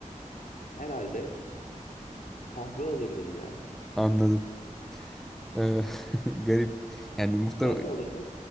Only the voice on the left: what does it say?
herhalde kahve alırdım ya.
Sen ne alırdın?